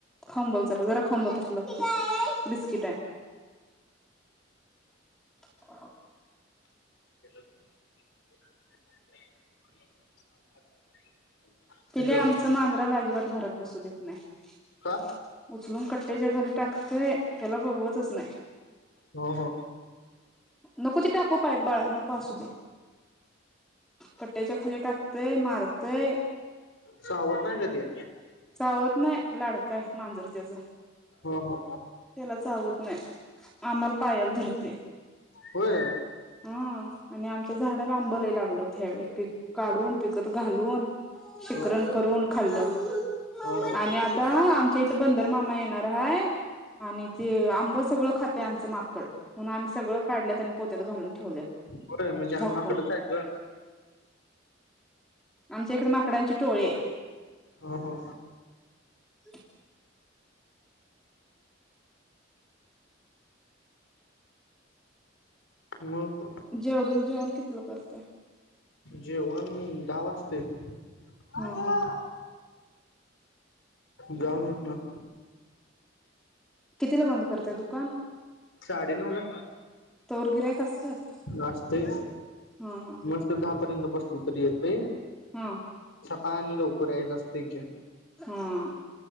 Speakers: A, in the centre; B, on the left.
A: खाऊन बघ जरा जरा खाऊन कसं लागतय बिस्किट आहे <inaudible>
B: <unintelligible> <unintelligible>
A: पिल्ल्या
B: हॅलो
A: आमच मांजरा ला अजिबात घरात बसू देत नाही
B: का?
A: उचलून कट त्यांच्या खाली टाकतय त्याला बघवतच नाही
B: हो हो
A: नको ते टाकू पाय बाळा नको असूदे पट्याच्या खाली टाकतय मारतय
B: चावत नाही का ते?
A: चावत नाही लाड काय मांजर त्याचं
B: हा हा
A: त्याला चावत नाही आम्हाला पायल धरतय
B: होय.
A: हा आणि आमच्या झाडाला आंब लय लागलत ह्यावेळी पीक काढून पिकतं घालून शिकरण
B: हो
A: करून खाल्लं
B: हो हो
A: आणि
B: हम्म
A: आता आमच्या इथ बंदर मामा येणार हाय आणि ते आंब सगळं खात ते आमच माकड म्हणून आम्ही सगळ काढलेत आणि पोत्यात घालून ठेवलेत
B: होय म्हणजे आम्ही
A: झाकून
B: माकडच आहे गं.
A: आमच्या इकडे माकडांची टोळी आहे.
B: हो हो
A: <unintelligible>
B: मग
A: जेवण जेवण कितीला करताय?
B: जेवण दहा वाजता? <unintelligible>
A: ह ह
B: जाऊन हितंन
A: कितीला बंद करताय दुकान
B: साडेनऊ ला
A: तवर गिऱ्हाईक असत्यात
B: असतय
A: हा हा
B: मस्त दहा पर्यंत बसलं तरी येते
A: हां
B: आणि लवकर आहे जायच असतय की
A: हामं